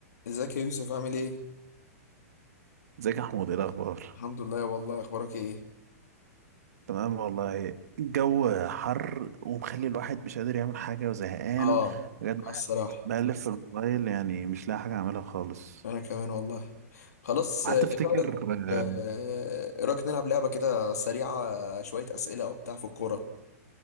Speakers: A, on the left; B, on the right.
A: ازيك يا يوسف عامل ايه؟
B: ازيك يا محمود ايه الاخبار
A: الحمد لله والله اخبارك ايه؟
B: تمام والله الجو حر ومخلي الواحد مش قادر يعمل حاجه وزهقان
A: اه
B: بجد قاعد
A: آه، الصراحة
B: بقلب في بس الموبايل يعني مش لاقي حاجه اعملها خالص
A: انا كمان والله خلاص
B: هتفتكر
A: آه، ايه رأيك آه،
B: آم،
A: ايه رأيك نلعب لعبة كده سريعة آه، شوية اسئلة او بتاع في الكورة